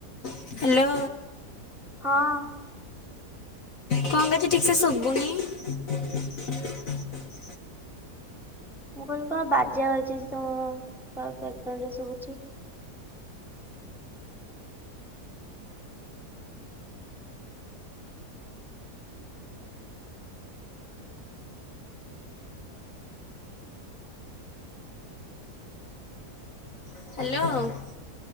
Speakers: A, on the left (about 55°); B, in the centre.
A: ହ୍ୟାଲୋ।
B: ହଁ।
A: କଣ କିଛି ଠିକସେ ଶୁଭୁନି? <unintelligible>
B: ମୁଁ କହିଲି କଣ ବାଜା ବାଜିଛି ତମ ପାଖରେ ତ ସୁବୁଛି?
A: ହ୍ୟାଲୋ।